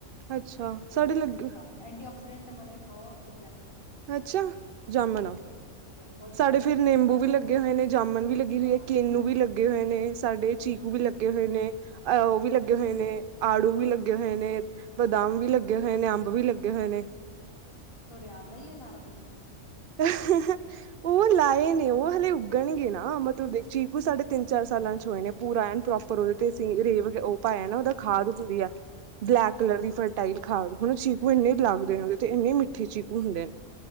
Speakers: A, on the right; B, on the left.
A: ਅੱਛਾ
B: ਕਿਸੇ
A: ਸਾਡੇ ਲੱਗੇ
B: ਵੇਲੇ ਵੀ ਖਾ ਲੋੋ ਐਂਟੀ ਆਕਸੀਡੈਂਟ ਵਾਲੇ ਬਹੁਤ ਵਧੀਆ ਨੇ! ਇਹ
A: ਅੱਛਾ ਜਾਮਣ ਆ
B: ਬਹੁਤ ਜ਼ਿਆਦਾ
A: ਸਾਡੇ ਫਿਰ ਨਿੰਬੂ
B: ਬਸ
A: ਵੀ ਲੱਗੇ ਹੋਏ ਨੇ। ਜਾਮਣ ਵੀ ਲੱਗੀ ਹੋਈ
B: ਵਾਹ
A: ਹੈ ਕੇਨੂ
B: ਜੀ ਵਾਹ
A: ਵੀ ਲੱਗੇ ਹੋਏ ਨੇ ਸਾਡੇ ਚੀਕੂ ਵੀ ਲੱਗੇ ਹੋਏ ਨੇ। ਨੇਹ ਉਹ ਵੀ ਲੱਗੇ ਹੋਏ ਨੇ ਆੜੂ ਵੀ ਲੱਗੇ ਹੋਏ ਨੇ ਬਦਾਮ ਵੀ ਲੱਗੇ ਹੋਏ ਨੇ ਅੰਬ ਵੀ! ਲੱਗੇ ਹੋਏ ਨੇ।
B: ਤੁਹਾਡੇ ਆਪਦਾ ਹੀ ਹੈ ਸਾਰਾ ਕੁਛ!
A: ਉਹ ਲਾਏ ਨੇ ਉਹ ਹਲੇੇ ਉੱਗਣਗੇ ਨਾ ਮਤਲਬ ਦੇਖ ਚੀਕੂ ਸਾਢੇ ਤਿੰਨ ਚਾਰ। ਸਾਲਾਂ ਚ ਹੋਏ ਨੇ ਪੂਰਾ ਐ ਪ੍ਰੋਪਰ ਉਹਦੇ ਤੇ <unintelligible> ਪਾਇਆ ਨਾ ਉਹ ਖਾਦ ਹੁੰਦੀ ਹੈ। ਬਲੈਕ
B: ਹਾਂ
A: ਕਲਰ
B: ਹਾਂ
A: ਦੀ
B: ਹਾਂ
A: ਫਰਟਾਈਲ।
B: ਹਾਂ ਹਾਂ
A: <unintelligible>
B: ਹਾਂ
A: ਲੱਗਦੇ ਨੇ ਉਹਦੇ ਤੇ ਇੰਨੇ ਮਿੱਠੇ ਚੀਕੂ ਹੁੰਦੇ ਨੇ